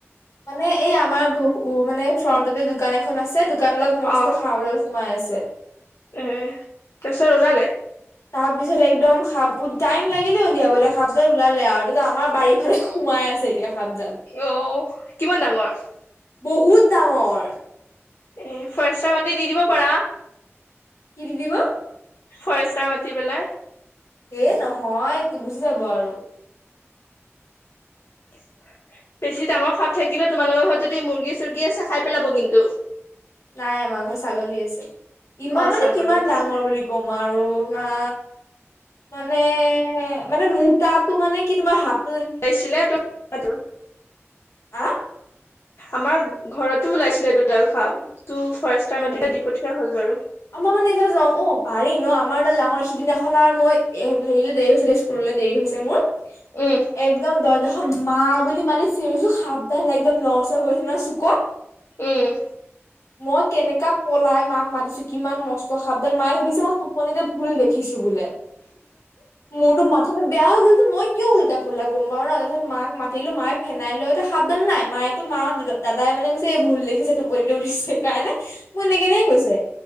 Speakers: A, on the left; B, on the left.
A: মানে এই আমাৰ ঘৰৰ মানে ফ্ৰণ্টতে দোকান এখন আছে। দোকান, ডালত মস্ত
B: অ
A: সাঁপ এডাল সোমাই আছে।
B: এ তাৰপিছত ওলালে।
A: তাৰপিছত একদম সাপ, টাইম লাগিলে উলিয়াবলৈ সাপডাল ওলালে আৰু তাতে আমাৰ বাৰী ফালে সোমাই আছে এতিয়া। সাপডাল
B: অ কিমান ডাঙৰ
A: বহুত ডাঙৰ
B: এ ফাৰেষ্টৰ মাতি দি দিব পাৰা।
A: কি দি দিব।
B: ফৰেষ্টাৰ, মাতি পেলাই
A: এ নহয় গুচি যাব আৰু
B: <unintelligible> বেছি ডাঙৰ সাপ থাকিলেও তোমালোকৰ ঘৰত যদি মুৰ্গী- চৰ্গী আছে খাই পেলাব কিন্তু।
A: নাই আমাৰ ঘৰ ছাগলী, আছে। ইমান
B: অ
A: মানে
B: ছাগলী
A: কিমান
B: আছে
A: ডাঙৰ বুলি গমাৰো হা মানে মানে মোতাতটো মানে কি তোমাৰ হাত
B: পাইছিলে আৰু
A: আহ
B: আমাৰ ঘৰতো ওলাইছিলে দুডাল সাপ, টো ফৰেষ্টাৰ
A: হয়
B: মাতিলে
A: নেকি
B: দি পঠিয়া হ'ল বাৰু।
A: আমাৰ মানে এইফালে যাওঁ অ', পাৰি ন আমাৰ ডাঙৰ সিদিনাখন আৰু মই হেৰি দেৰি হৈ হৈছে দে স্কললৈ দেৰি হৈছে মোৰ।
B: উম
A: একদম দৰ্জা, মা বুলি মানে চিঞৰিছো সাপ, ডাল একদম লৰচৰ কৰিছে নহয় চুকত।
B: উম
A: মই কেনেকাপলাই মাক, মাতিছো কিমান মস্ত সাপডাল, মায়ে ভাবিছে ন। কণীতে ভুল দেখিছো বোলে। মোৰতো মাথাটো বেয়া হৈছিল মই কিয় উলতা পুলটা কম পাৰ ন তাৰ পাছত মাক মাতিলো মায়ে ফেনাইল, লৈ সাপডাল, নাই মায়ো মা, দ দাদাই, মানে কৈছে এই ভুল দেখিছে টোপনিতে উঠিছে সেইকাৰণে মোৰ এনে কেনে কৈছে